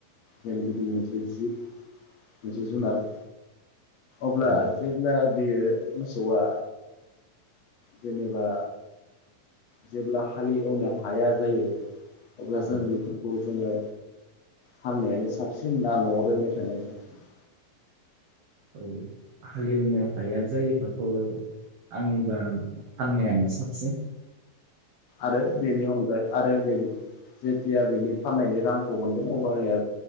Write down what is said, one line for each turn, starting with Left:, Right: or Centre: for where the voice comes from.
Left: जों बिदि मोनसे जिब मोनसे जुनार अब्ला
Right: औ
Left: जेब्ला बेयो मोसौआ जेनेबा जेब्ला हालि एवनो हाया जायो। अब्ला
Right: औ
Left: जों बेफोरखौ जोङो फाननायानो साबसिन ना न'आव दोनबाय थानायानो साबसिन?
Right: औ हालेवनो हाया जायोबाथ' आंनिबा फाननायानो साबसिन।
Left: आरो बेनि अनगा आरो बेदि जेथिया बेनि फाननायनि रांखौ मोनगोन अब्लानिया